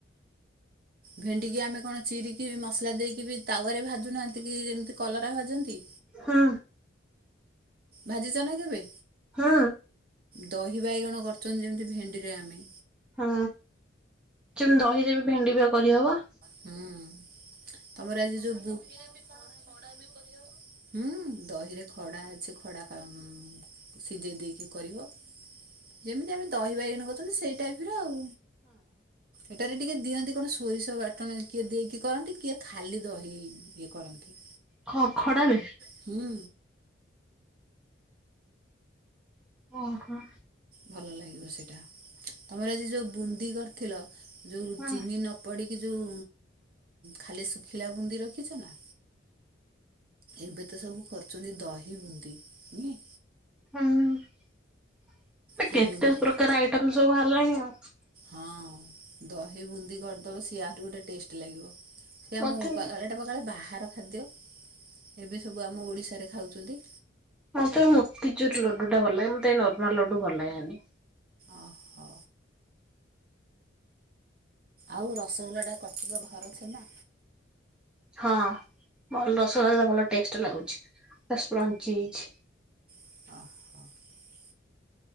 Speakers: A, on the right (about 50°); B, in the centre.
A: ଭେଣ୍ଡିିକି ଆମେ କଣ ଚିରିକି ମସଲା ଦେଇକି ବି ତାୱାରେ ଭାଜୁନାହାନ୍ତି କି ଏମିତି କଲରା ଭାଜନ୍ତି।
B: ହଁ।
A: ଭାଜିଛ ନା କେବେ?
B: ହଁ
A: ଦହି ବାଇଗଣ କରୁଛନ୍ତି ଯେମିତି ଭେଣ୍ଡିରେ ଆମେ
B: ହଁ ସେମିତି ଦହିରେ ବି ଭେଣ୍ଡି ବିଆ କରିହବ।
A: ହୁଁ <unintelligible> ତମର ଆଜି ଯେଉ ଦହିରେ ଖଡା ବି କରି ହବ ହୁ ଦହିରେ ଖଡା ଅଛି କ ଖଡ଼ା ପା ଉ ସିଝେଇ ଦେଇକି କରିବ। ଯେମିତି ଆମେ ଦହି ବାଇଗଣ କରୁଛନ୍ତି ସେଇ ଟାଇପର ଆଉ ଏଟାରେ ଟିକେ ଦିଅନ୍ତି କଣ ସୋରିଷ। ବାଟଣ କିଏ ଦେଇକି କରନ୍ତି କିଏ ଖାଲି ଦହି ଇଏ କରନ୍ତି।
B: ଖ ଖଡାରେ।
A: ହୁଁ
B: ଓହୋ।
A: ଭଲ ଲାଗିବ ସେଇଟା ତମର ଆଜି ଯେଉ ବୁନ୍ଦି କରିଥିଲ ଯେୋଉ
B: ହଁ
A: ଚିନି ନ ପଡ଼ି କି ଯେଉ ଖାଲି ଶୁଖିଲା ବୁନ୍ଦି ରଖିଛ ନା ଏବେ ତ ସବୁ କରଛନ୍ତି ଦହି ବୁନ୍ଦିୁ ନୁହେଁ।
B: ହୁଁ
A: ସେ
B: କେତେ
A: ବୁନ୍ଦି
B: ପ୍ରକାର ଆଇଟମ ସବୁ ବାହା ରିଲାଣି ଆଉ
A: ହଁ ଦହି ବୁନ୍ଦି କରିଦବ ସି ଆହୁରି ଗୋଟେ ଟେଷ୍ଟ ଲାଗିବ। ସେ ଆମ
B: ମତେ
A: ପାଏଇଟା ପକାଳେ ବାହାର ଖାଦ୍ୟ ଏବେ ସବୁ ଆମ ଓଡ଼ିଶାରେ ଖାଉଛନ୍ତି।
B: ମୋତେ ମୋତିଚୁର ଲଡୁ ଟା ଭଲ ଲାଗେ ମତେ ଏଇ ନର୍ମାଲ ଲଡୁ ଭଲ ଲାଗେନି।
A: ଓହୋ ଆଉ ରସଗୋଲାଟା କରିଚୁତ ଘରଛେ ନା।
B: ହଁ। ଭଲ ରସଗଲା ଭଲ ଟେଷ୍ଟ ଲାଗୁଛି ସ୍ପ୍ରଞ୍ଚି ହେଇଚି।
A: <inaudible>